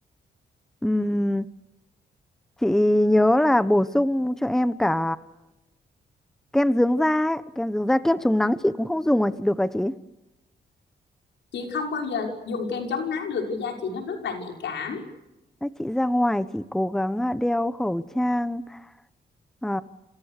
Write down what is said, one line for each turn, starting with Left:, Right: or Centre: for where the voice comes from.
Centre: Ừm, chị nhớ là bổ sung cho em cả kem dưỡng da ấy. kem dưỡng da kem chống nắng chị cũng không dùng à chị được à chị
Left: chị không bao giờ dùng kem chống nắng được vì da chị nó rất là nhạy cảm
Centre: Đấy, chị ra ngoài chị cố gắng à, đeo khẩu trang Ờ,